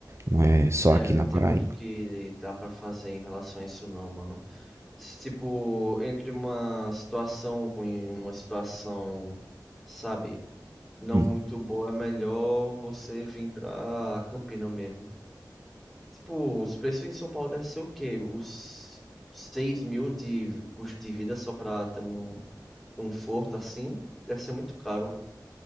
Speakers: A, on the right; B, in the centre.
A: Não é só
B: É,
A: aqui
B: não
A: na
B: tem
A: Paraíba.
B: muito o que dá pra fazer em relação a isso não, mano. Tipo, entre uma situação ruim e uma situação, sabe, não
A: Hum.
B: muito boa, é melhor você vir pra Campina mesmo. Tipo, os preços em São Paulo devem ser o quê? Uns 6 mil de custo de vida só pra ter um conforto assim? Deve ser muito caro.